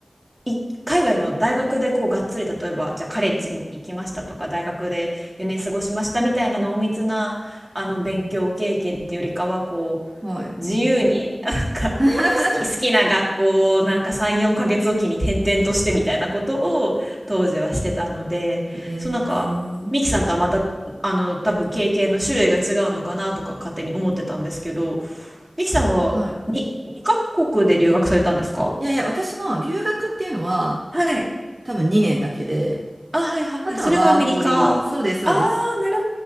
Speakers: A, in the centre; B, on the right (about 45°).
A: い海外の大学でこうがっつり例えばじゃあカレッジに行きましたとか大学で4年過ごしましたみたいな濃密なあの勉強経験っていうよりかはこう
B: はい。
A: 自由になんか好
B: <laughs>
A: き、好きな学校をなんか3、4ヶ月おきに転々としてみたいなことを当時はしてたのでそうなんかミキさんとはまたあの多分経験の種類が違うのかなとか勝手に思ってたんですけど
B: えー、
A: ミキさんはに2カ国で留学されたんですか
B: あ、はい。いやいや、私も留学っていうのは
A: はい
B: 多分2年だけで、
A: あ、はいはい。
B: あとはワーホリ、
A: それがアメリカ。ああ、
B: そうです、そうです。
A: なる